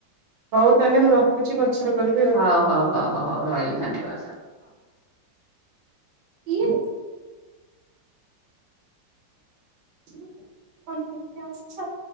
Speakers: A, on the right (about 75°); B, on the left (about 50°).
A: ହଉ ତାହେଲେ ମୁଁ ରଖୁଛି ପଛରେ କରିବି
B: ହଉ
A: ଆଉ।
B: ହଉ ହଉ ହଉ ହଉ ରହିଲି ଧନ୍ୟବାଦ।
A: ଇଏ କଁ <unintelligible> ବସିଛ?